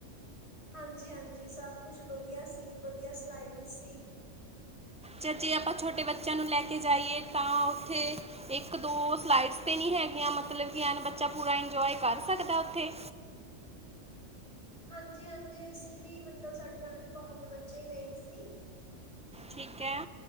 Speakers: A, on the left (about 60°); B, in the centre.
A: ਹਾਂਜੀ-ਹਾਂਜੀ ਸਭ ਕੁਛ ਵਧੀਆ ਸੀ ਵਧੀਆ ਸਲਾਈਡ ਸੀ।
B: ਛ ਜੇ ਆਪਾਂ ਛੋਟੇ ਬੱਚਿਆਂ ਨੂੰ ਲੈ ਕੇ ਜਾਈਏ ਤਾਂ ਉੱਥੇ? ਇੱਕ-ਦੋ ਸਲਾਈਡਸ ਤੇ ਨੀ ਹੈਗੀਆਂ ਮਤਲਬ ਕਿ ਬੱਚਾ ਪੂਰਾ ਇੰਜੋਏ ਕਰ ਸਕਦਾ ਉੱਥੇ?
A: ਹਾਂਜੀ-ਹਾਂਜੀ ਅਸੀਂ ਵੀ ਮਤਲਬ ਸਾਡੇ ਨਾਲ ਵੀ ਬਹੁਤ ਬੱਚੇ ਗਏ ਸੀ।
B: ਠੀਕ ਹੈ।